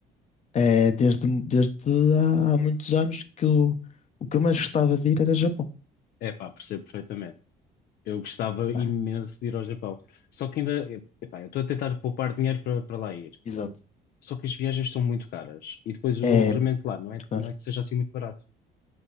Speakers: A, on the left; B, on the left.
A: É desde, desde há há muitos anos que eu, o que eu mais gostava de ir era Japão.
B: Epá, percebo perfeitamente. Eu gostava
A: Pá,
B: imenso de ir ao Japão. Só que ainda, epá, eu estou a tentar poupar dinheiro para para lá ir.
A: Exato.
B: Só que as viagens são muito caras e depois o
A: É,
B: alojamento lá não é,
A: claro,
B: não é que seja assim muito barato.